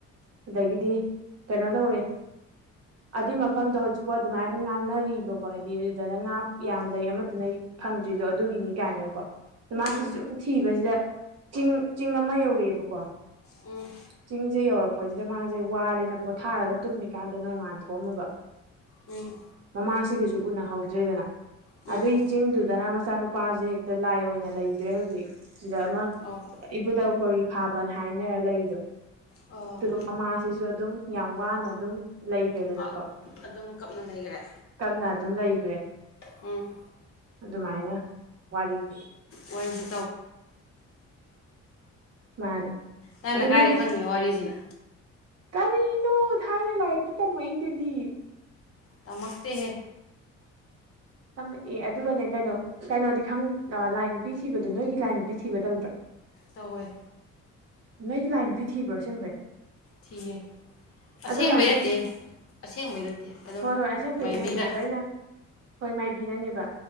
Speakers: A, on the right (about 55°); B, on the left (about 50°).
A: ꯑꯗꯒꯤꯗꯤ ꯀꯩꯅꯣ ꯇꯧꯔꯦ ꯑꯗꯨꯏ ꯃꯐꯝꯗꯣ ꯍꯧꯖꯤꯛꯐꯥꯎ ꯑꯗꯨꯃꯥꯏ ꯑꯗꯨꯝ ꯉꯥꯡꯅꯔꯤꯕꯀꯣ ꯍꯥꯏꯗꯤ ꯑꯗꯨꯗꯅ ꯉꯥ ꯌꯥꯝ ꯂꯩ ꯑꯃ ꯑꯗꯨꯅ ꯐꯪꯗ꯭ꯔꯤꯗꯣ ꯑꯗꯨꯒꯤꯅꯤ ꯀꯥꯏꯅꯦꯕꯀꯣ ꯃꯥꯁꯤ
B: ꯎꯝ
A: ꯁꯨꯝ ꯊꯤꯕꯁꯤꯗ ꯆꯤꯡ ꯆꯤꯡ ꯑꯃ ꯌꯧꯔꯛꯑꯦꯕꯀꯣ
B: ꯎꯝ
A: ꯆꯤꯡꯁꯦ ꯌꯧꯔꯛꯄꯁꯤꯗ ꯃꯥꯁꯦ ꯋꯥꯔꯦꯅ ꯄꯣꯊꯥꯔꯒ ꯇꯨꯝꯃꯤꯀꯥꯟꯗ ꯅꯣꯡꯉꯥꯟ ꯊꯣꯛꯣꯛꯑꯝꯃꯨꯕ
B: ꯎꯝ
A: ꯃꯃꯥꯁꯤꯒꯁꯨ ꯎꯅꯍꯧꯗ꯭ꯔꯦꯗꯅ
B: ꯎꯝ
A: ꯑꯗꯨꯏ ꯆꯤꯡꯗꯨꯗꯅ ꯃꯆꯥꯅꯨꯄꯥꯁꯦ ꯍꯦꯛꯇ ꯂꯥꯏ ꯑꯣꯏꯅ ꯂꯩꯈ꯭ꯔꯦ ꯍꯧꯖꯤꯛ ꯁꯤꯗ ꯑꯃ
B: ꯑꯣ
A: ꯏꯕꯨꯙ ꯀꯣꯔꯤ ꯐꯥꯕꯅ ꯍꯥꯏꯅꯔ ꯂꯩꯗꯣ
B: ꯑꯣ
A: ꯑꯗꯨꯒ ꯃꯃꯥꯁꯤꯁꯨ ꯑꯗꯨꯝ ꯌꯥꯝ ꯋꯥꯅ ꯑꯗꯨꯝ ꯂꯩꯈ꯭ꯔꯦꯗꯅꯀꯣ
B: ꯑ ꯑꯗꯨꯝ ꯀꯞꯅ ꯂꯩꯈꯔꯦ
A: ꯇꯞꯅ <inaudible>
B: ꯎꯝ
A: ꯑꯗꯨꯃꯥꯏꯅ ꯋꯥꯔꯤꯁꯦ
B: ꯋꯥꯔꯤꯁꯦ
A: ꯃꯥꯅꯦ
B: ꯅꯅ
A: ꯑꯗꯣ
B: ꯀꯥꯏꯔꯦ
A: ꯅꯣꯏ
B: ꯈꯪꯉꯤ ꯋꯥꯔꯤꯁꯤꯅ
A: ꯀꯔꯤꯅꯣ ꯊꯥꯏꯅ ꯂꯥꯏꯔꯤꯛꯇ ꯇꯝꯃꯛꯩꯗꯨꯗꯤ
B: ꯇꯝꯃꯛꯇꯦꯍꯦ
A: ꯇꯝꯃꯛꯑꯦ ꯑꯗꯨꯒꯅꯦ ꯀꯩꯅꯣ ꯀꯩꯅꯣꯗꯤ ꯈꯪ ꯂꯥꯏ ꯅꯨꯄꯤ ꯊꯤꯕꯗꯣ ꯅꯣꯏꯒꯤ ꯂꯥꯏ ꯅꯨꯄꯤ ꯊꯤꯕ ꯇꯧꯗ꯭ꯔꯣ
B: ꯇꯋꯏ
A: ꯅꯣꯏꯒꯤ ꯂꯥꯏ ꯅꯨꯄꯤ ꯊꯤꯕ꯭ꯔꯣ ꯁꯤꯦꯡꯕ꯭ꯔꯦ
B: ꯊꯤꯌꯦ ꯑꯁꯦꯡꯕꯩ
A: ꯑꯗꯨ ꯂꯥꯏ ꯅꯨꯄꯤ
B: ꯅꯠꯇꯦ ꯑꯁꯦꯡꯕꯩ ꯅꯠꯇꯦ ꯑꯗꯨꯝ
A: ꯍꯣꯏ ꯍꯣꯏ ꯑꯁꯦꯡꯕꯒꯤꯗꯤ
B: ꯃꯥꯏꯕꯤꯗ
A: ꯅꯠꯇꯦ ꯑꯗꯣ ꯑꯩꯅ ꯍꯣꯏ ꯃꯥꯏꯕꯤꯅꯅꯦꯕ